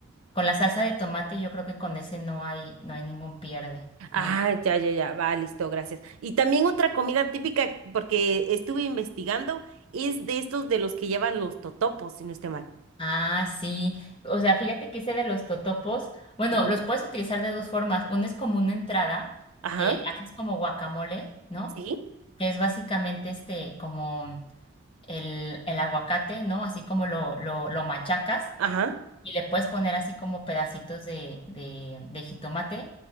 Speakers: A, on the left (about 25°); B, on the right (about 80°).
A: con la salsa de tomate, yo creo que con ese no hay, no hay ningún pierde,
B: Ah,
A: ¿no?
B: ya, ya, ya. Va, listo, gracias. Y también otra comida típica, porque estuve investigando, es de estos de los que llevan los totopos, si no estoy mal.
A: Ah, sí. O sea, fíjate que ese de los totopos, bueno,
B: Ujú.
A: los puedes utilizar de dos formas. Uno es como una entrada
B: Ajá,
A: que haces como guacamole, ¿no?
B: sí.
A: Que es básicamente este, como el, el aguacate, ¿no? Así como lo, lo, lo machacas
B: Ajá,
A: y le puedes poner así como pedacitos de, de, de jitomate